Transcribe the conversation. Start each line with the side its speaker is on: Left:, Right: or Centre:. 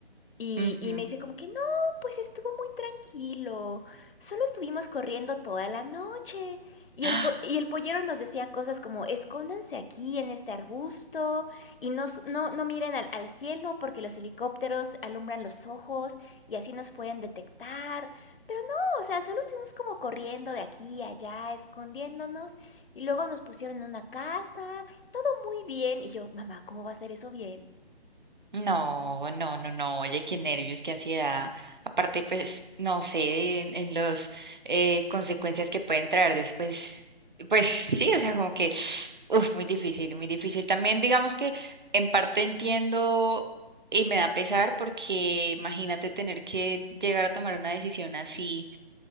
Left: y,
Right: Ujú.
Left: y me dice como que no, pues estuvo muy tranquilo, solo estuvimos corriendo toda la noche. Y
Right: ¡Ah!
Left: el, po- y el pollero nos decía cosas como escóndanse aquí en este arbusto y no, s- no, no miren al, al cielo porque los helicópteros alumbran los ojos y así nos pueden detectar. Pero no, o sea, solo estuvimos como corriendo de aquí a allá, escondiéndonos y luego nos pusieron en una casa, todo muy bien. Y yo, mamá, ¿cómo va a ser eso bien?
Right: No, no, no, no, oye, qué nervios, qué ansiedad. Aparte, pues, no sé, en, en los eh, consecuencias que pueden traer después, pues sí, o sea, como que, <sniffs> uf, muy difícil, muy difícil. También digamos que en parte entiendo y me da pesar porque imagínate tener que llegar a tomar una decisión así